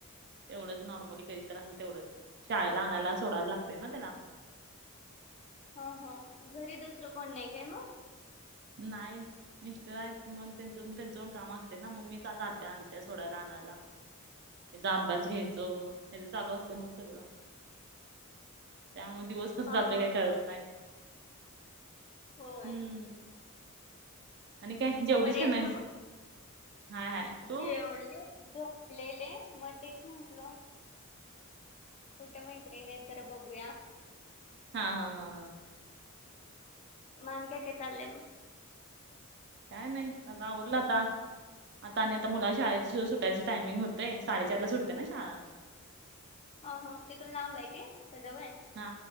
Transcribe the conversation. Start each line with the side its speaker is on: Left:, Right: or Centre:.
Right: तेवढंच नॉर्मली कधत तर असल तेवढंच शाळेला आणायला सोडायला लागते ना त्याला
Left: हो हा घरी दुसरं कोण नाही काय मग
Right: नाही मिस्टर आहेत म त्यांच त्यांचं पण काम असते ना मग मी जात्या आणत्या थोड्याला आणायला याचा अभ्यास घ्यायच हचा चालू असतं मग सगळं त्यामुळे दिवस कस
Left: हा
Right: जातोय
Left: हा
Right: काही करत नाही
Left: होय
Right: हम्म आणि काय जेवलीस
Left: मग बरी
Right: का
Left: आहेस
Right: नाहीस
Left: मग
Right: हाय हाय तू
Left: जेवले झोपलेले मग तेच म्हटल कुठम मयते ननज जरा बघूया
Right: हा हा हा हा
Left: माण का काय चालले
Right: काय नाही आता ओोललाता आता आणि आता मुला शाळे सुटायचं टायमिंग होतय साडेचारला सुटते ना शाळा
Left: हो हो तिथून लांब आहे कायजव आहे
Right: हा